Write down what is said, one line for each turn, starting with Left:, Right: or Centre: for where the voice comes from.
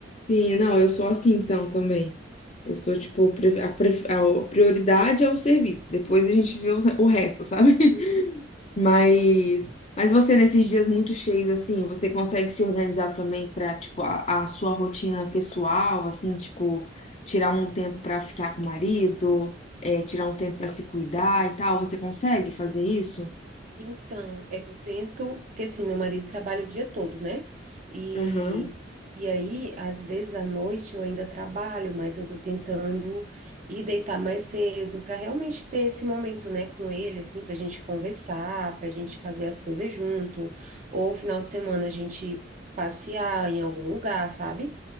Left: Sim, não, eu sou assim então também. Eu sou tipo, pre- a, pre- a prioridade é o serviço, depois a gente vê os- o resto, sabe? <laughs>
Right: Uhum.
Left: Mas, mas você nesses dias muito cheios assim, você consegue se organizar também pra tipo a, a sua rotina pessoal, assim, tipo tirar um tempo pra ficar com o marido, é, tirar um tempo pra se cuidar e tal. Você consegue fazer
Right: Uhum.
Left: isso?
Right: Então, é, eu tento, porque assim, meu marido trabalha o dia todo, né? E,
Left: Aham.
Right: e aí, às vezes à noite eu ainda trabalho, mas eu tô tentando ir deitar mais cedo para realmente ter esse momento, né, com ele, assim, para a gente conversar, para a gente fazer as coisas junto, ou final de semana a gente passear em algum lugar, sabe?